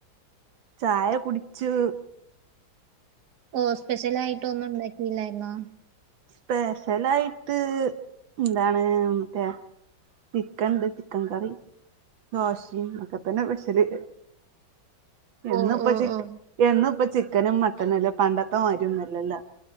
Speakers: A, on the right (about 75°); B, on the right (about 55°).
A: ചായ കുടിച്ചു!
B: ഓഹ്, സ്പെഷ്യൽ ആയിട്ട് ഒന്നും ഉണ്ടാക്കിയില്ലായിരുന്നോ?
A: സ്പെഷലായിട്ട്.... എന്താണ് മറ്റേ... ചിക്കൻണ്ട് ചിക്കൻ കറി.. ദോശയും ഒക്കെ തന്നെ സ്പെഷ്യല്... എന്നിപ്പ
B: ഓ ഓ
A: ചിക്ക,
B: ഓ
A: എന്നിപ്പ ചിക്കനും മട്ടനും അല്ലെ പണ്ടത്തെ മാതിരി ഒന്നും അല്ലല്ലോ.